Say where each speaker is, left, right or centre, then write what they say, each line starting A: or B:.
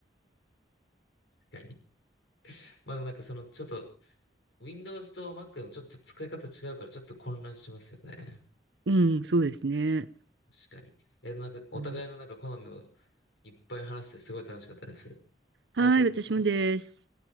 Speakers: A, on the left; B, on the right.
A: かに。まあでもなんかそのちょっと Windows と Mac のちょっと使い方違うからちょっと混乱しますよね。
B: う。うん、そうですね。
A: 確かに。いやでもなんかお互いのなんか好みを
B: うん
A: いっぱい話してすごい楽しかったです。ありがとうございます。
B: はい、私もです。